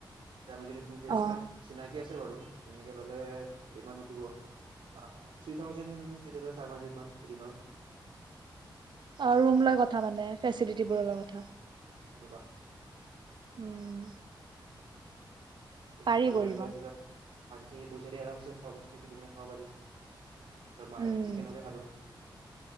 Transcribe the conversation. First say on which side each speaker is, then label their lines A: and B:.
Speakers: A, on the right (about 85°); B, on the right (about 65°).
A: তমি যদি তু বি এহ
B: অ',
A: কেই চিননাাকি আছে আৰু তেনেকে ললে ইমান নুঠিব। আহ three thousand, three thousand five hundred মান এদিনৰ।
B: অ ৰুম লৈ কথা মানে। ফেচিলিটিবোৰ <unintelligible> কথা
A: কুৱা
B: উম
A: সেনেকুৱা
B: পাৰি
A: লৈ
B: কৰিব
A: ললে পিছত বাকীখিনি পইচা দি আৰামছে খোৱা বস্তু কিনি পিনে খাব পাৰি। ত
B: উম,
A: মা চিকেনকে খালো।